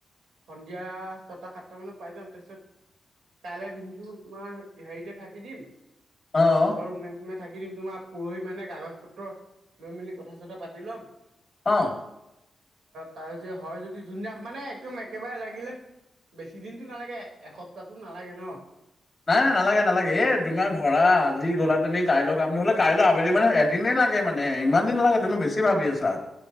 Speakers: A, on the right; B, on the left.
A: সন্ধিয়া ছয়টা সাতটা মানত পাই যাওঁ তাৰপিছত কাইলৈ দিনটো তোমাৰ হেৰিতে থাকি দিম
B: অ' অ'
A: ধৰ ৰুমে চুমে থাকি দিম তোমাৰ পৰহি মানে কাগজ পত্ৰ লৈ মেলি কথা চথা পাতি ল'ম
B: অ
A: তাৰ হয় যদি যোনদিনা মানে একদম একেবাৰে লাগিলে বেছি দিন টো নালাগে এসপ্তাহো নালাগে ন
B: নাই নাই নালাগে নালাগে এই তোমাৰ ধৰা আজি গ'লা তুমি কাইলৈ কাম ধ হলো কাইলৈ আবেলি মানে এদিনেই লাগে মানে ইমান দিন নালাগে তুমি
A: অ
B: বেছি ভাবি আছা